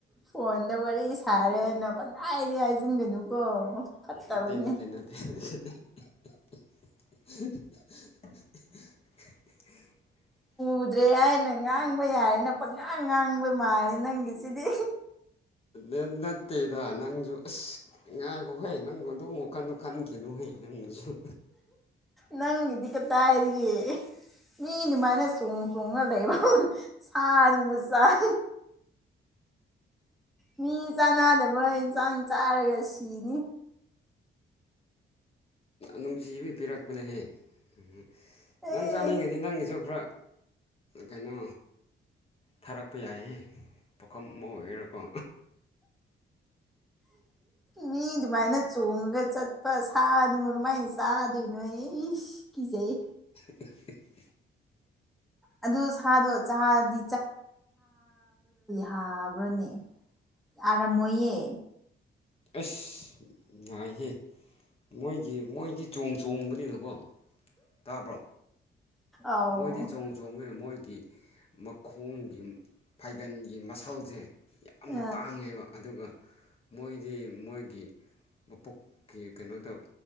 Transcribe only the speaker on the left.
ꯅꯠꯇꯦ ꯅꯠꯇꯦ ꯅꯠꯇꯦ ꯑꯍ ꯑꯍ <unintelligible>
ꯑꯥ ꯅꯠꯇꯦꯗ ꯅꯪꯁꯨ ꯑꯁ ꯉꯥꯏꯈꯣꯍꯦ ꯅꯪ ꯑꯗꯨ ꯋꯥꯈꯟꯗꯣ ꯈꯟꯈꯤ ꯒꯤꯅꯨ ꯍꯦ ꯅꯪꯁꯨꯨ
ꯅꯨꯡꯁꯤꯕꯤ ꯄꯤꯔꯛꯄꯅꯦꯍꯦ ꯎꯝ ꯅꯪ
ꯆꯥꯅꯤꯡꯉꯗꯤ ꯅꯪꯒꯤꯁꯨ ꯈꯔ ꯀꯩꯅꯣ ꯊꯥꯔꯛ ꯄꯥ ꯌꯥꯏꯌꯦ ꯄꯨꯈꯝ ꯑꯃ ꯑꯣꯏꯒꯦꯔꯀꯣ
<unintelligible>
ꯑꯁ ꯉꯥꯏꯍꯦ ꯃꯣꯏꯒꯤ ꯃꯣꯏꯗꯤ ꯆꯣꯡ ꯆꯣꯡꯕꯅꯤꯅꯀꯣ ꯇꯥꯕ꯭ꯔꯣ
ꯃꯣꯏꯗꯤ ꯆꯣꯡ ꯆꯣꯡꯕꯅꯤꯅ ꯃꯣꯏ ꯒꯤ ꯃꯈꯣꯡꯒꯤ ꯐꯩꯒꯟꯒꯤ ꯃꯁꯜꯁꯦ ꯌꯥꯝꯅ
ꯇꯥꯡꯉꯦꯕ ꯑꯗꯨꯒ ꯃꯣꯏꯗꯤ ꯃꯣꯏꯒꯤ ꯃꯄꯨꯛꯀꯤ ꯀꯩꯅꯣꯗ